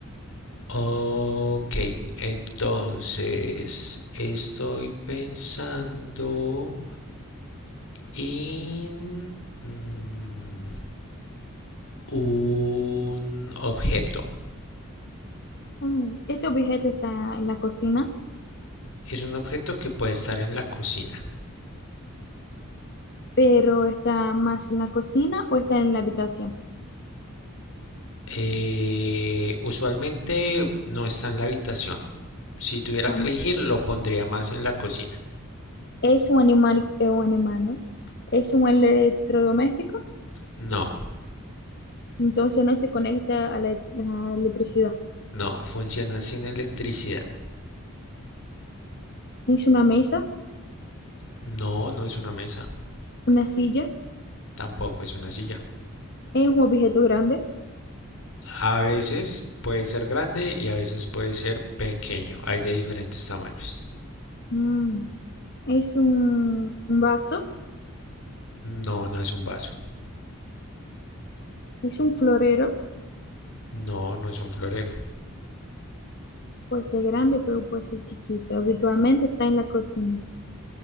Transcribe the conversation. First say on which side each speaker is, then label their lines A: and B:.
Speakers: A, on the left (about 70°); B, on the left (about 50°).
A: Ok, entonces estoy pensando en... mm, un objeto.
B: Mm, Este objeto está en la cocina,
A: Es un objeto que puede estar en la cocina.
B: pero está más en la cocina o está en la habitación.
A: Eh, usualmente no está en la habitación. Si tuviera
B: Vamos,
A: que elegir, lo pondría más en la cocina.
B: Es un animal, es un animal, ¿no? Es un electrodoméstico,
A: No,
B: entonces no se conecta a la, la electricidad.
A: no, funciona sin electricidad.
B: Es una mesa,
A: No, no es una mesa,
B: una silla,
A: tampoco es una silla.
B: es un objeto grande,
A: A veces puede ser grande y a veces puede ser pequeño. Hay de diferentes tamaños.
B: mm, es un, un vaso,
A: No, no es un vaso.
B: es un florero,
A: No, no es un florero.
B: puede ser grande, pero puede ser chiquito. Habitualmente está en la cocina.